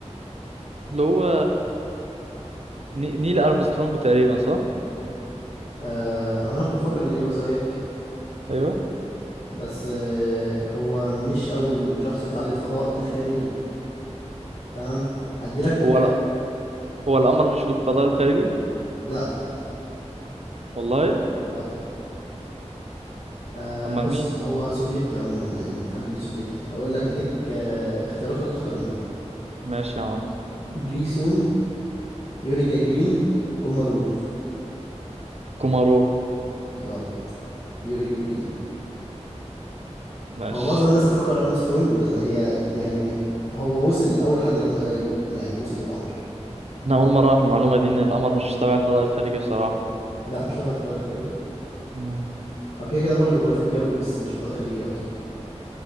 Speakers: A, on the right; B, on the left.
A: اللي هو ني- نيل ارمسترونج تقريبا صح
B: آه انا كنت بفكر الاجابه زيك
A: ايوه
B: بس آه هو مش اول شخص يطلع للفضاء الخارجي تمام هديلك
A: هو لا هو القمر مش في الفضاء الخارجي
B: لا
A: والله
B: لا آه
A: امال
B: بص
A: مين
B: هو سوفيتي عموما يعني من الاتحاد السوفيتي هقول لك هديك آه اختيارات وانت تختار منهم
A: ماشي يا معلم
B: جريسوم يوري جاجرين كوماروف
A: كومارو
B: غلط يوري جاجرين
A: ماشي
B: هو معظم الناس بتفكر ارمسترونج بس هي يعني هو وصل اول حد لم... آه، يعني وصل للقمر
A: انا اول مره اعرف المعلومه دي ان القمر مش تبع الفضاء الخارجي بصراحه
B: لا مش تبع الفضاء الخارجي
A: مم.
B: هو كده كده بره الغلاف الجوي بس مش فضاء خارجي يعتبر